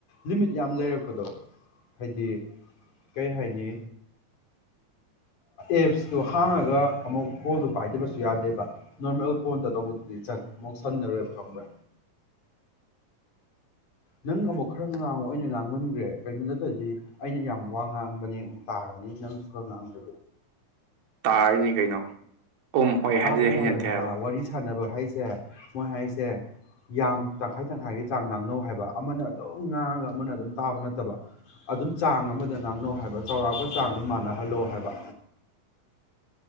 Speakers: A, on the left (about 60°); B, on the right (about 80°).
A: ꯂꯤꯃꯤꯠ ꯌꯥꯝ ꯂꯩꯔꯛꯄꯗꯣ ꯍꯥꯏꯗꯤ ꯀꯩ ꯍꯥꯏꯅꯤ ꯑꯦꯞꯁꯇꯣ ꯍꯥꯡꯉꯒ ꯑꯃꯨꯛ ꯀꯣꯜꯗꯣ ꯄꯥꯏꯗꯕꯁꯨ ꯌꯥꯗꯦꯕ ꯅꯣꯔꯃꯦꯜ ꯀꯣꯟꯜꯗ ꯇꯧꯕ ꯆ ꯃꯨꯛ ꯁꯟꯅꯔꯣꯏꯕ ꯈꯪꯕ ꯅꯪ ꯑꯃꯨꯛ ꯈꯔ ꯉꯥꯡꯉꯣ ꯑꯩꯅ ꯉꯥꯡꯃꯟꯈ꯭ꯔꯦ ꯀꯩꯅꯣ ꯅꯠꯇ꯭ꯔꯗꯤ ꯑꯩꯅ ꯌꯥꯝ ꯋꯥ ꯉꯥꯡꯕꯅꯦ ꯑꯃꯨ ꯇꯥꯔꯅꯤ ꯅꯪꯁꯨ ꯈꯔ ꯉꯥꯡꯉꯣ
B: ꯇꯥꯔꯤꯅꯤ ꯀꯩꯅꯣ ꯎꯝ ꯍꯣꯏ
A: ꯇꯥꯕ
B: ꯍꯥꯏꯗꯤ
A: ꯌꯥꯔꯣꯏ
B: ꯍꯩꯅꯗꯦ
A: ꯍꯥꯏꯕ ꯋꯥꯔꯤ ꯁꯥꯟꯅꯕ ꯍꯥꯏꯁꯦ ꯃꯣꯏ ꯍꯥꯏꯁꯦ ꯁꯦ ꯌꯥꯝ ꯇꯪꯈꯥꯏ ꯇꯪꯈꯥꯏꯒꯤ ꯆꯥꯡ ꯉꯥꯡꯅꯧ ꯍꯥꯏꯕ ꯑꯃꯅ ꯑꯗꯨꯝ ꯉꯥꯡꯉꯒ ꯑꯃꯅ ꯑꯗꯨꯝ ꯇꯥꯕ ꯅꯠꯇꯕ ꯑꯗꯨꯝ ꯆꯥꯡ ꯑꯃꯗ ꯉꯥꯡꯅꯧ ꯍꯥꯏꯕ ꯆꯥꯎꯔꯥꯛꯄ ꯆꯥꯡꯗ ꯃꯥꯟꯅꯍꯜꯂꯣ ꯍꯥꯏꯕ